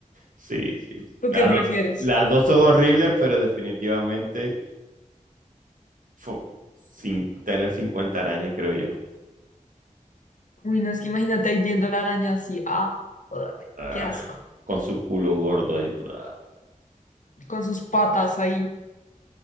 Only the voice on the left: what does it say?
¿Tú
qué prefieres?
Uy, no, es que imagínate ahí viendo la araña así, ah, ugh,
qué asco,
con sus patas ahí.